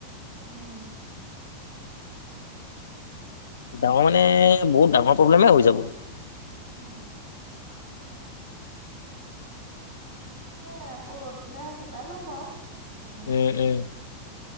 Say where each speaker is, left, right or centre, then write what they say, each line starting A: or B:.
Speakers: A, on the right; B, on the left.
A: উম।
B: ডাঙৰ মানে, বহুত ডাঙৰ প্ৰব্লেমে হৈ যাব।
A: উম। তাকে আকৌ ৰ'দ দিলে শুকাই যাব বাৰু। এদিনতে।
B: উম-উম।